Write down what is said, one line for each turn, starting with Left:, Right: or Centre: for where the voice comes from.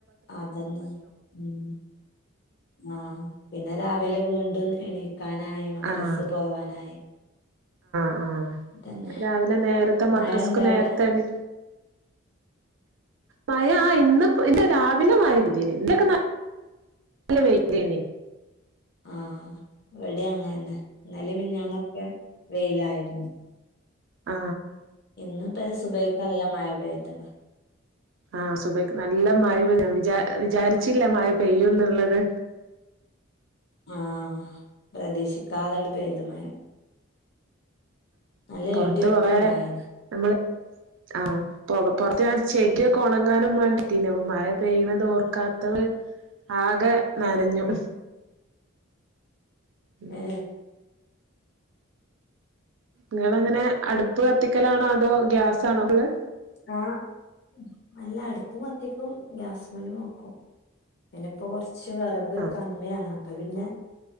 Left: അതന്നെ ഉം ആഹ് പിന്നെ രാവിലെ വീണ്ടും എണീ ക്കാനായി മദ്രസ്
Right: ആഹ്
Left: പോവാനായി.
Right: ആ
Left: തന്നെ
Right: രാവിലെ നേരത്തെ മദ്രസക്ക്
Left: മഴ ഇണ്ടോ അവിടെ
Right: നേരത്തെ എനി മയ ആ ഇന്ന് ഇന്ന് രാവിലെ മയപെയ് തിനി ഇതിലേക്കൊന്ന് നല്ല വെയിൽലെനി
Left: ആ ഇവിടെ അങ്ങന്നെ മിഞ്ഞാന്നോക്കെ വെയിലായിരുന്നു
Right: ആ
Left: ഇന്ന് ഇപ്പ സുഭയക്കല്ല മയ പേയ്ത്ണ്
Right: ആ സുബൈക്ക് നല്ലമഴ പെയും വിചാ വിചാരിച്ചില്ല മഴ പെയ്യും ന്നുള്ളത്
Left: ആ പ്രദേീശിക്കാതൽ പെയ്തു മഴ നല്ല
Right: പുറത്ത്
Left: ഇടിയൊക്കെ
Right: കൊറ
Left: ഇണ്ടായിന്
Right: നമ്മള് ആ പോറുത്തു ഞൻ ചെകിരീ യൊക്കെ ഉണങ്ങാനും വേണ്ടിഇട്ടിനി മഴ പെയ്തത് ഓർക്കാത്തത് ആകെ നനഞ്ഞു ഉം
Left: ഏ
Right: നിങ്ങളങ്ങനെ അടുപ്പ് കത്തിക്കലാണോ അതോ ഗ്യാസാണോ <unintelligible>
Left: ആഹ് അല്ല അടുപ്പും കത്തിക്കും ഗ്യാസ് മേലും വക്കും പിന്നെ ഇപ്പോ കൊറ <unintelligible> വെറക്
Right: ആഹ്
Left: കമ്മിയാണ് അപ്പൊ പിന്നെ